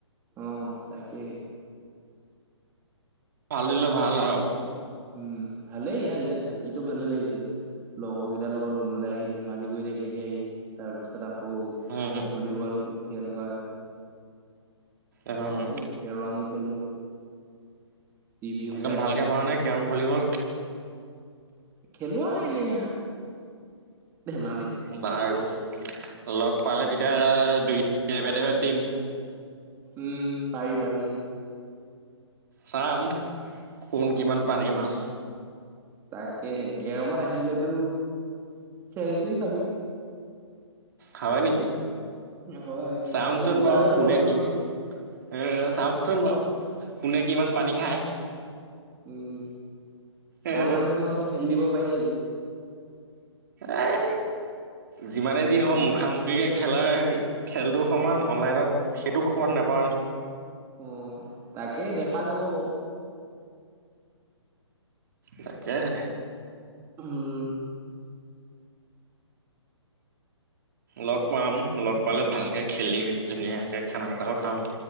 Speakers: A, on the right (about 15°); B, on the right (about 40°).
A: অ তাকেহে
B: ভাল দিলে ভাল আৰু।
A: উম ভালে ইয়াৰ ইয়াত থাকিতো ভালে লাগিছে। লগৰ কেইটাৰ লগৰ ৰুমলে আহি ধেমালি কৰি থাকেহি আহি তাৰ পিছত আকৌ
B: উম
A: ভলীবল খেল হয়।
B: উম
A: তাতেই কেৰমো খেলো। টিভিও
B: একদম
A: চাই
B: ভালকে
A: থাকো।
B: কৰা নাই কেৰম ভলীবল
A: খেলো আও এনে আ ধেমালিত
B: বাৰু লগ পালে তেতিয়া দুই এবেত এবেত দিম
A: উম পাৰি পাৰি
B: চাম কোন কিমান পানীৰ মাছ
A: তাকেহে কেৰমত আহিলেতো চেনচুৰি খাবি
B: হয় নেকি
A: হয় হয়
B: চামচোন
A: এই গোটাতটো
B: বাৰু কোনে
A: কনফাৰ্ম
B: কি এ চাওচোন বাৰু কোনে কিমান পানী খায়
A: উম
B: এ
A: অনলাইনত নহলে খেলি দিব পাৰি আজি
B: এহ যিমানে যি নহওক মুখামুখিকে খেলাৰ খেলটোৰ সমান অনলাইনত সেইটো সোৱাদ নাপাও ন
A: অ তাকে দেখা যাব বাও
B: তাকেহে
A: উম
B: লগ পাম লগ পালে ভালকে খেলিম ধুনীয়াকৈ খানা এটাও খাম